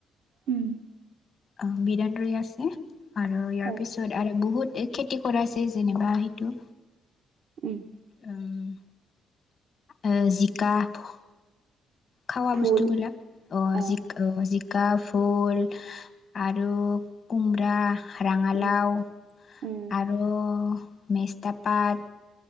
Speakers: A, on the right (about 75°); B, on the left (about 50°).
A: উম
B: অহ, বিদান ৰুই আছে আৰু ইয়াৰ
A: হয়
B: পিছত আৰু বহুত খেতি কৰাইছে যেনিবা সেইটো,
A: উম
B: উম অ'জিকা ভো খাৱা
A: ফুল
B: বস্তুবিলাক অহ
A: আহ
B: জিক অহ জিকা, ভোল আৰু কুমৰা, ৰাঙালাও
A: উম উম
B: আৰু মেষ্টা পাত